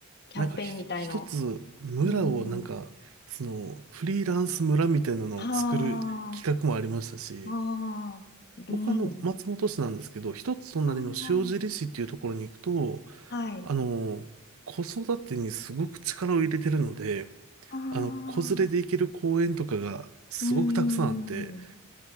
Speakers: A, on the left (about 50°); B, on the right (about 70°).
A: キャンペーンみたいの。
B: なんかひ一つ村をなんか、
A: うん。
B: その、フリーランス村みたいなのを作る企画もありましたし、
A: ああ、ああ、うん。
B: 僕はあの、松本市なんですけど、一つ隣の塩尻市っていうところに行くと、
A: ああ、はい。
B: あの、子育てにすごく力を入れてるので、
A: ああ、
B: あの、子連れで行ける公園とかがすごくたくさんあって、
A: うーん。